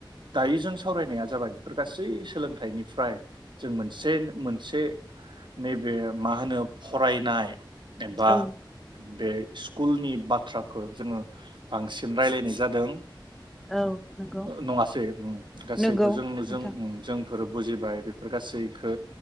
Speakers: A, on the right (about 70°); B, in the centre.
A: दायो जों फरायनाया जाबाय बेफोर गासै सोलोंथाइनि फाय जों मोनसे मोनसे नैबे मा होनो फरायनाय एबा
B: औ
A: बे स्कुलनि बाथ्राखौ जोङो बांसिन रायलायनाय जादों।
B: औ नंगौ
A: नङा से उम। गासैबो
B: नंगौ
A: जों
B: नोंथां
A: जों जोंफोर बुजिबाय बेफोर गासै खो